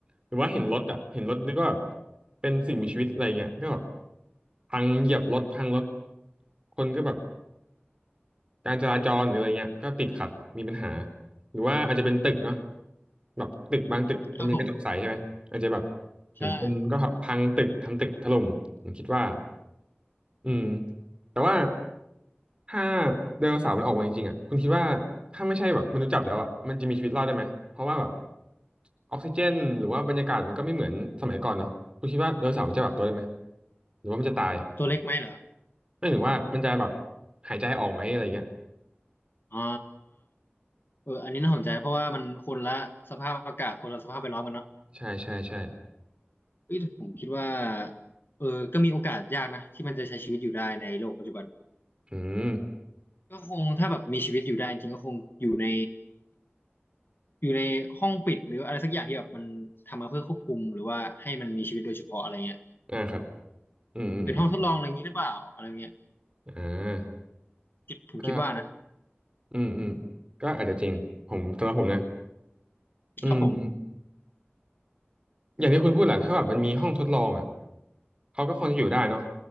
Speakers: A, on the right (about 25°); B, on the left (about 55°).
A: หรือว่าเห็นรถอ่ะเห็นรถนึกว่าแบบ
B: อืม
A: เป็นสิ่งมีชีวิตอะไรเงี้ยก็แบบพังเหยียบรถพังรถคนก็แบบการจราจรหรืออะไรเงี้ยก็ติดขัดมีปัญหา หรือว่าอาจจะเป็นตึกเนาะแบบตึกบางตึกมันเป็นกระจกใสใช่ไหมอาจจะแบบ
B: ครับผม
A: เห็นคนก็พับพังตึกทำตึกถล่มผมคิดว่า
B: ใช่
A: อืมแต่ว่าถ้าไดโนเสาร์มันออกมาจริงๆอ่ะคุณคิดว่าถ้าไม่ใช่แบบมนุษย์จับแล้วอ่ะมันจะมีชีวิตรอดได้ไหมเพราะว่าแบบออกซิเจนหรือว่าบรรยากาศมันก็ไม่เหมือนสมัยก่อนเนาะคุณคิดว่าไดโนเสาร์มันจะปรับตัวได้ไหมหรือว่ามันจะตาย
B: ตัวเล็กไหมเหรอครับ
A: ไม่ถึงว่ามันจะแบบหายใจออกไหมอะไรเงี้ย
B: อ๋อเอออันนี้น่าสนใจเพราะว่ามันคนละสภาพอากาศคนละสภาพแวดล้อมกันเนาะ
A: ใช่ใช่ใช่
B: เอ้ยแต่ผมคิดว่าเออก็มีโอกาสยากนะที่มันจะใช้ชีวิตอยู่ได้ในโลกปัจจุบัน
A: อืม
B: ก็คงถ้าแบบมีชีวิตอยู่ได้จริงๆก็คงอยู่ในอยู่ในห้องปิดหรืออะไรสักอย่างที่แบบมันทำมาเพื่อควบคุมหรือว่าให้มันมีชีวิตโดยเฉพาะอะไรเงี้ย
A: อ่าครับอืมอืมอม
B: เป็นห้องทดลองอะไรอย่างนี้หรือเปล่าอะไรเงี้ย
A: อ่า
B: คิดผมคิดว่านะ
A: ก็อืมอืมก็อาจจะจริงผมสำหรับผมนะอืม
B: ครับผม
A: อย่างที่คุณพูดแหละถ้าแบบมันมีห้องทดลองอ่ะเขาก็คงจะอยู่ได้เนาะ